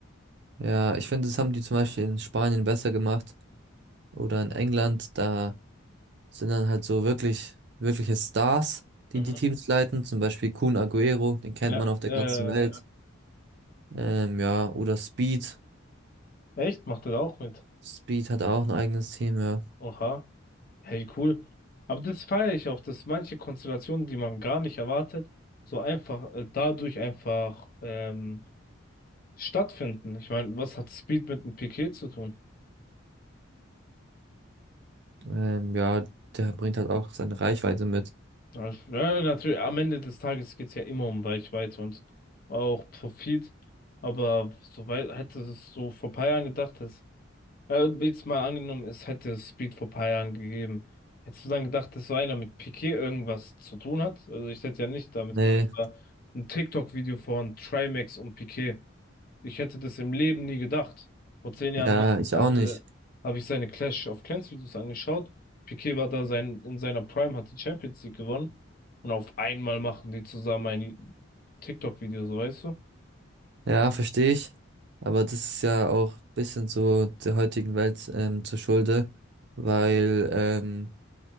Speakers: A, on the right (about 55°); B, on the left (about 45°).
A: Ja, ich finde, das haben die zum Beispiel in Spanien besser gemacht oder in England. Da sind dann halt so wirklich, wirkliche Stars, die
B: Mhm.
A: die Teams leiten. Zum Beispiel Kun Agüero, den kennt
B: Ja,
A: man auf der
B: äh,
A: ganzen Welt. Ähm, ja, oder Speed.
B: echt, macht das auch mit.
A: Speed hat auch ein eigenes Team, ja.
B: Oha, hey, cool. Aber das feiere ich auch, dass manche Konstellationen, die man gar nicht erwartet, so einfach, äh, dadurch einfach ähm, stattfinden. Ich meine, was hat Speed mit einem Piquet zu tun?
A: Ähm, ja, der bringt halt auch seine Reichweite mit.
B: Ja, ja, natürlich, am Ende des Tages geht's ja immer um Reichweite und auch Profit. Aber soweit hätte es so vor paar Jahren gedacht, dass, äh, jetzt mal angenommen, es hätte Speed vor paar Jahren gegeben. Hättest du dann gedacht, dass so einer mit Piqué irgendwas zu tun hat? Also ich hätte ja nicht damit
A: Nee,
B: gedacht, es war ein TikTok-Video von Trimax und Piqué ich hätte das im Leben nie gedacht. Vor zehn Jahren
A: ja,
B: hat,
A: ich
B: hatte,
A: auch nicht.
B: habe ich seine Clash of Clans Videos angeschaut. Piqué war da sein, in seiner Prime, hat die Champions League gewonnen. Und auf einmal machen die zusammen ein TikTok-Video, so weißt du?
A: Ja, verstehe ich. Aber das ist ja auch ein bisschen so der heutigen Welt ähm, zur Schulde, weil ähm,